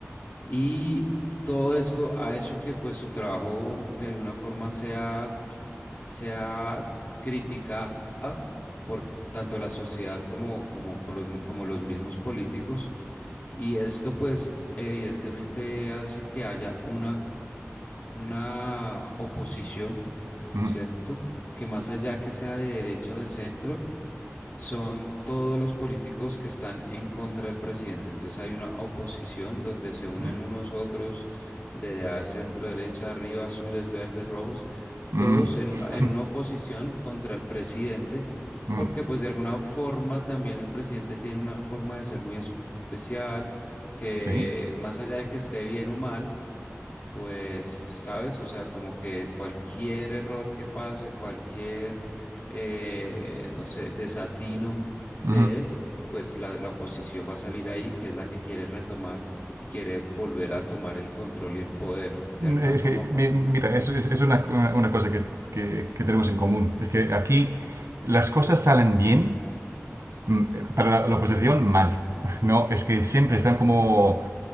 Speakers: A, on the left; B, on the right.
A: Y todo esto ha hecho que pues su trabajo de alguna forma sea se ha criticado por tanto la sociedad como, como, con los, como los mismos políticos. Y esto pues evidentemente hace que haya una, una oposición,
B: mm,
A: ¿cierto? Que más allá que sea de derecha o de centro, son todos los políticos que están en contra del presidente. Entonces hay una oposición donde se unen
B: mm,
A: unos otros de a centro, derecha, arriba, azules, verdes, rojos,
B: mm,
A: todos en una, en
B: <laughs>
A: una oposición contra el presidente, porque
B: mm,
A: pues de alguna forma también el presidente tiene una forma de ser muy especial, que
B: sí.
A: más allá de que esté bien o mal, pues, ¿sabes? O sea, como que cualquier error que pase, cualquier, eh, no sé, desatino
B: ujú.
A: de él, pues la, la oposición va a salir ahí, que es la que quiere retomar y quiere volver a tomar el control y el poder de alguna
B: Es
A: forma,
B: que, mi- mira, es, es- es una, una- cosa que, que- que tenemos en común. Es que aquí las cosas salen bien, mm, para la, la oposición mal. <laughs> No, es que siempre están como